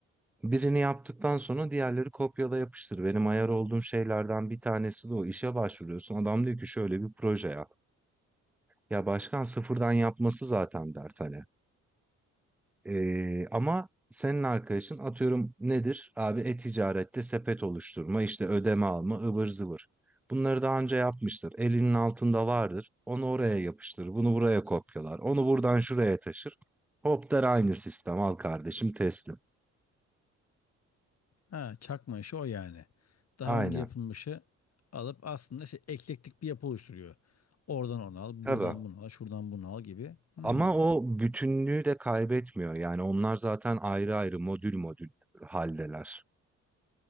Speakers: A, in the centre; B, on the left (about 55°).
A: Birini yaptıktan sonra diğerleri kopyala yapıştır. Benim ayar olduğum şeylerden bir tanesi de o. İşe başvuruyorsun. Adam diyor ki şöyle bir proje yap. Ya başkan sıfırdan yapması zaten dert hani. Ee, ama senin arkadaşın atıyorum nedir? Abi e-ticarette sepet oluşturma, işte ödeme alma, ıvır zıvır. Bunları daha önce yapmıştır. Elinin altında vardır. Onu oraya yapıştırır. Bunu buraya kopyalar. Onu buradan şuraya taşır. Hop der aynı sistem. Al kardeşim teslim.
B: Ha, çakma işi o yani. Daha
A: Aynen.
B: önce yapılmışı alıp aslında şey, eklektik bir yapı oluşturuyor. Oradan onu al, buradan
A: Tabii.
B: bunu al, şuradan bunu al gibi. Hmm.
A: Ama o bütünlüğü de kaybetmiyor. Yani onlar zaten ayrı ayrı modül modül haldeler.